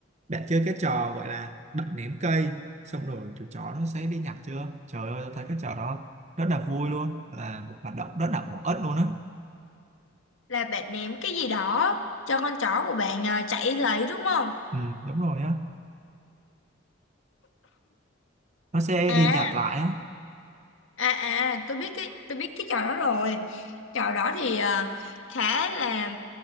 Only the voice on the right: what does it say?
bạn chơi cái trò gọi là bạn ném cây xong rồi chú chó nó sẽ đi nhặt chưa trời ơi tôi thấy cái trò đó rất là vui luôn là một hoạt động rất là bổ ích luôn á
ừ, đúng rồi á nó sẽ
đi nhặt lại á